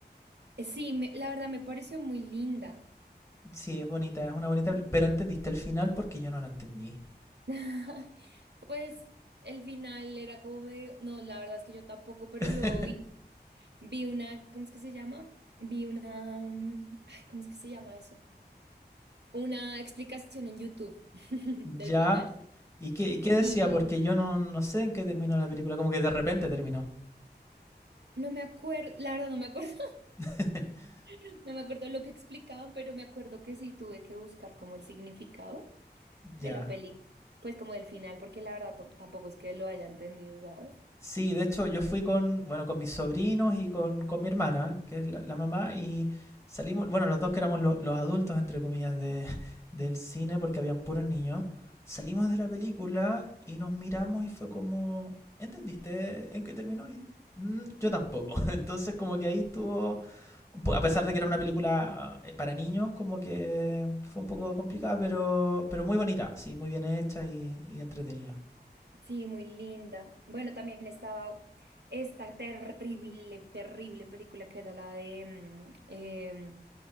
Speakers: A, on the right (about 75°); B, on the left (about 15°).
A: Eh, Sí, me- la verdad me pareció muy linda.
B: Sí, es bonita, es una bonita peli- pero entendiste el final porque yo no lo entendí.
A: <laughs> Pues el final era como medio, no, la verdad es que yo tampoco, pero
B: <laughs>
A: luego vi, vi una, ¿cómo es que se llama? Vi una, mm, ay, ¿cómo es que se llama eso? Una explicación en YouTube <laughs> del
B: Ya.
A: final.
B: ¿Y qué, y qué
A: Y
B: decía? Porque yo no, no sé en qué terminó la película, como que de repente terminó.
A: no me acuerdo, la verdad no me acuerdo,
B: <laughs>
A: <laughs> no me acuerdo lo que explicaban, pero me acuerdo que sí tuve que buscar como el significado de
B: Ya.
A: la película, pues como del final, porque la verdad tam- tampoco es que lo haya entendido, ¿sabes?
B: Sí, de hecho yo fui con, bueno, con mis sobrinos y con, con mi hermana, que es la, la mamá, y salimos, bueno, los dos que éramos lo- los adultos, entre comillas, de, <laughs> del cine, porque habían puros niños, salimos de la película y nos miramos y fue como, ¿entendiste en qué terminó? Y, "Mm, yo tampoco. <laughs> Entonces como que ahí estuvo, un po- a pesar de que era una película eh, para niños, como que fue un poco complicada, pero, pero muy bonita, sí, muy bien hecha y, y entretenida.
A: Sí, muy linda. Bueno, también estaba esta terrible, terrible película que era la de, mm, em,